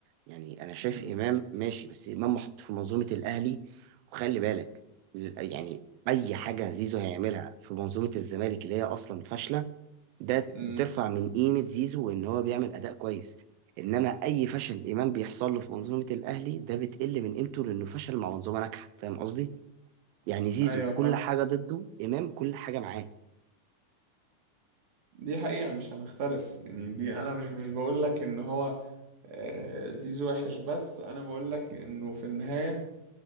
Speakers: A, on the right; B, on the right.
A: يعني انا شايف
B: مم.
A: امام ماشي بس امام محط في منظومه الاهلي وخلي بالك ال- يعني اي حاجه زيزو هيعملها في منظومه الزمالك اللي هي اصلا فاشله ده
B: مم.
A: بترفع من قيمه زيزو وان هو بيعمل اداء كويس انما اي فشل امام بيحصل له في منظومه الاهلي ده بتقل من قيمته لانه فشل مع منظومه ناجحه فاهم قصدي؟ يعني زيزو
B: ايوه
A: كل
B: فاهم
A: حاجه ضده امام كل حاجه معاه
B: دي حقيقة مش هنختلف يعني دي انا مش مش بقول لك ان هو آه، زيزو وحش بس انا بقول لك انه في النهاية